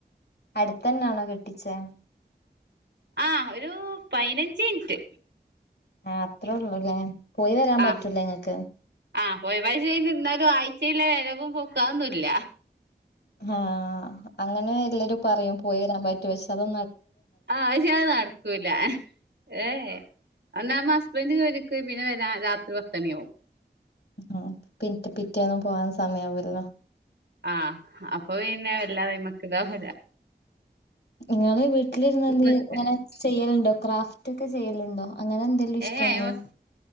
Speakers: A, on the left; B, on the right.
A: അടുത്തെന്നാണോ കെട്ടിച്ചേ?
B: ആഹ് ഒരു പയ്നഞ്ചിൻറ്റ്
A: ആഹ് അത്ര ഒള്ളുല്ലേ. പോയി വരാൻ പറ്റൂലേ
B: ആഹ്
A: ഇങ്ങക്ക്?
B: ആഹ് പോയ പാഴ്ചേല് ഇന്നാലും ആഴ്ചേലെ വെരവും പൊക്കും അഹൊന്നുല്ല
A: ആഹ് അങ്ങനെ എല്ലരും പറയും പോയി വരാൻ പറ്റു പക്ഷ് അതൊ
B: ആഹ് ചാ നടക്കൂല ഏ എ ഒന്നാ മാസ് ഹസ്ബൻഡ് ജോലിക്ക് പോയി. പിന്നെ വര രാത്രി പത്തണിയാവും.
A: ആഹ് പിൻ പിറ്റേന്നും പോവാൻ സമയാവൊല്ലോ
B: ആഹ് അപ്പൊ പിന്നെ എല്ലാവരും മ്മക്ക് ദോ വരാ
A: നിങ്ങള് വീട്ടിലിരുന്ന് എന്
B: നിക്ക
A: ഇങ്ങനെ ചെയ്യലുണ്ടോ ക്രാഫ്റ്റ് ഒക്കെ ചെയ്യലുണ്ടോ? അങ്ങനെ എന്തേലും ഇഷ്ടണ്ടോ?
B: ഏഹ് അയ്മ